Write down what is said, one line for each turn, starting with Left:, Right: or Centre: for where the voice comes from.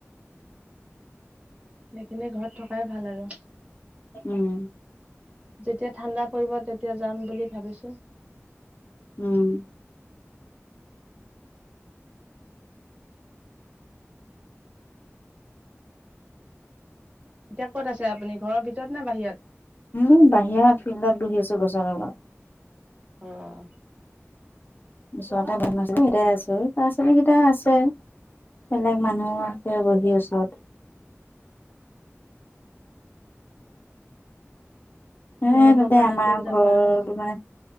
Right: সেইখিনি ঘৰত থকাই ভাল আৰু
Left: উম
Right: যেতিয়া ঠাণ্ডা পৰিব তেতিয়া যাম বুলি ভাবিছো
Left: উম
Right: এতিয়া ক'ত আছে আপুনি ঘৰৰ ভিতৰত নে বাহিৰত
Left: উম বাহিৰত ফিল্ডত বহি আছো গছৰ তলত
Right: অহ
Left: ওচৰতে বমাইছো সেইটাই আছো ল'ৰা ছোৱালী কেইটা আছে। <unintelligible> বেলেগ মানুহ আছে বহি ওচৰত এ
Right: গৰমৰ
Left: তাতে
Right: কাৰণে
Left: আমাৰ
Right: ক'ত যাব
Left: ঘৰৰ
Right: আৰু
Left: টো মানে